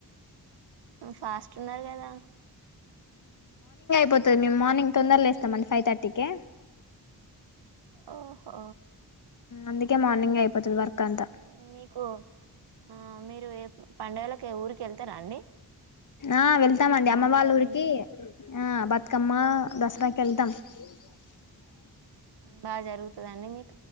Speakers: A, on the right (about 75°); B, on the left (about 50°).
A: ఉ ఫాస్ట్ ఉన్నారు కదా
B: పోతుంది మేము మార్నింగ్ తొందర లేస్తాం అండి ఫైవ్ థర్టీ కే
A: ఒహో
B: అందుకే మార్నింగ్ అయిపోతది
A: ఇంకా
B: వర్క్
A: ఏం చేస్తున్నారు
B: అంతా
A: అండి మీకు ఆ మీ నువ్వేకు పండుగలకి ఊరికి వెళ్తారా అండి
B: ఆ వెళ్తామండి అమ్మ
A: మమ్మీ
B: వాళ్ళ ఊరికి
A: ఇంటికి
B: ఆ బత్ కమ్మ దసరాకి వెళ్తాం ఇ
A: బాగ జరుగుతదండి మీకు